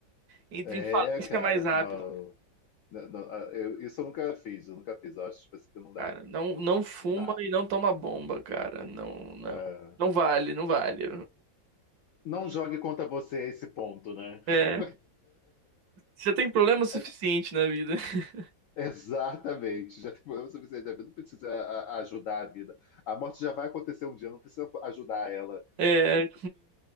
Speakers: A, on the right; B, on the left.
A: entra
B: É,
A: em falência
B: cara,
A: mais rápido.
B: não. não, não, ah, eu- isso eu nunca fiz, eu nunca fiz. Eu acho tipo assim, que não dá.
A: Cara, não, não fuma
B: Não dá.
A: e não toma bomba, cara. Não, não.
B: É,
A: Não vale, não vale.
B: não jogue contra você esse ponto, né?
A: É,
B: <laughs>
A: você tem problema suficiente
B: A
A: na vida. <laughs>
B: Exatamente, já tem problema suficiente da vida, não precisa a- a- ajudar a vida. A morte já vai acontecer um dia, não precisa ajudar ela.
A: É,